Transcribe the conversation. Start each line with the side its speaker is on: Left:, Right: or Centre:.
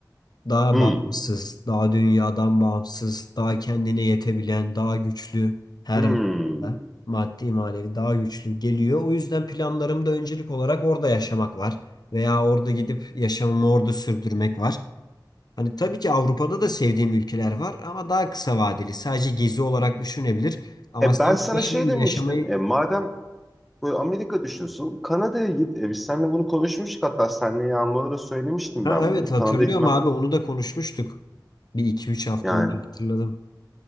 Left: Daha
Centre: Hmm,
Left: bağımsız, daha dünyadan bağımsız, daha kendine yetebilen, daha güçlü her
Centre: hmm.
Left: manada, maddi manevi daha güçlü geliyor. O yüzden planlarımda öncelik olarak orada yaşamak var. Veya orada gidip yaşamımı orada sürdürmek var. Hani tabii ki Avrupa'da da sevdiğim ülkeler var ama daha kısa vadeli. Sadece gezi olarak düşünebilir. Ama
Centre: E
Left: sen
Centre: ben sana
Left: burada şimdi
Centre: şey demiştim.
Left: yaşamayı...
Centre: E madem böyle Amerika düşünsün Kanada'ya git. E biz seninle bunu konuşmuştuk hatta seninle Yağmur'a da söylemiştim
Left: Ha
Centre: ben
Left: evet
Centre: bunu.
Left: hatırlıyorum
Centre: Kanada'ya gitmem
Left: abi onu da konuşmuştuk. Bir iki üç hafta
Centre: yani
Left: önce hatırladım.